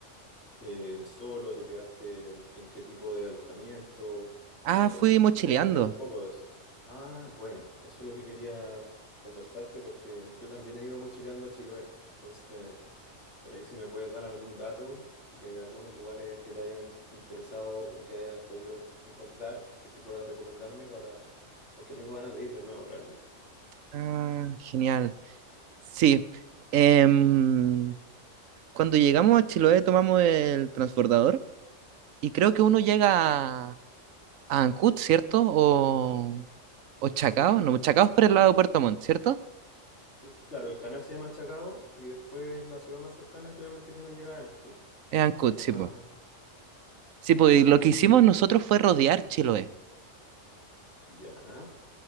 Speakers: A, on the left; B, on the right.
A: eh, solo? ¿Te quedaste en qué tipo de alojamiento? Eh,
B: Ah, fui mochileando.
A: cu- cuéntame un poco de eso. Ah, bueno, eso es lo que quería conversarte porque yo también he ido mochileando a Chiloé. Entonces, por ahí si me puedes dar algún dato de algunos lugares que te hayan interesado o que hayas podido encontrar, que puedas recomendarme para... porque tengo ganas de ir de nuevo realmente.
B: Ah, genial. Sí. em, cuando llegamos a Chiloé tomamos el transbordador. Y creo que uno llega a a Ancud, ¿cierto? O, o Chacao,
A: Sí,
B: no, Chacao es por el lado de Puerto Montt, ¿cierto?
A: eh, claro, el canal se llama Chacao y después la ciudad más cercana generalmente que uno llega es Ancud,
B: Es Ancud,
A: que es la
B: sí,
A: más...
B: pues. Sí, po, y
A: Sí,
B: lo que hicimos nosotros fue rodear Chiloé.
A: ya.